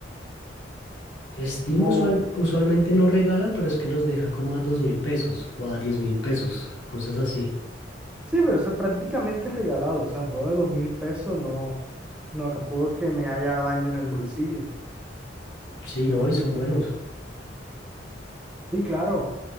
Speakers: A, on the left; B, in the centre.
A: Steam
B: O,
A: usual- usualmente no regala, pero es que los deja como a dos mil pesos o a diez mil pesos, cosas así.
B: sí, pero eso es prácticamente regalado. O sea, un juego de dos mil pesos no, no, tampoco es que me haya daño en el bolsillo.
A: Sí, no, y son buenos.
B: Sí, claro.